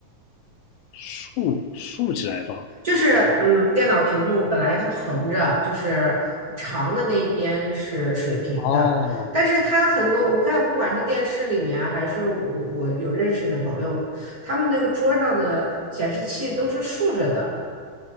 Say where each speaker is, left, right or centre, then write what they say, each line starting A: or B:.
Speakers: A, on the left; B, on the right.
A: 竖竖起来放。
B: 就是嗯，电脑屏幕本来是横着，就是长的那一边是水平的，
A: 哦，
B: 但是它很多我看不管是电视里面啊还是我我有认识的朋友，他们那个桌上的显示器都是竖着的，